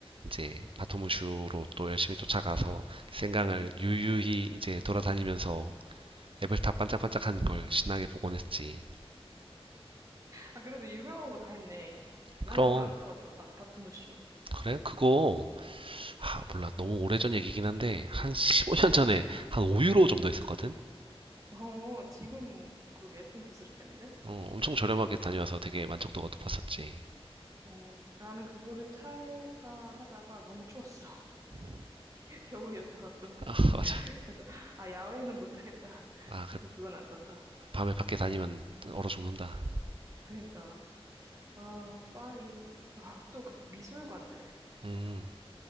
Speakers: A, on the right; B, on the right.
A: 이제 바토무슈로 또 열심히 쫓아가서 생강을 유유히 이제 돌아다니면서 에펠탑 반짝반짝하는 걸 신나게 보곤 했지.
B: 아, 그래도 유명한 거 다 했네. 난
A: 그럼
B: 그걸 안 타봤어, 바, 바토무쇼.
A: 그래? 그거 아, 몰라 너무 오래전 얘기긴 한데 한 15년 전에 한 5유로 정도 했었거든?
B: 어, 지금 그러게 좀 비싸졌겠는데?
A: 어,
B: 응.
A: 엄청 저렴하게 다녀와서 되게 만족도가 높았었지.
B: 어, 나는 그거를 탈까 하다가 너무 추웠어. <laughs> 겨울이었잖아, 또.
A: 아, 맞아.
B: 그래서, 아, 야외는 못하겠다. <laughs>
A: 아,
B: 그래서
A: 그
B: 그건 안 탔다.
A: 밤에 밖에 다니면 얼어 죽는다.
B: 그러니까, 아, 파리. 아, 또 그 미술관들.
A: 음,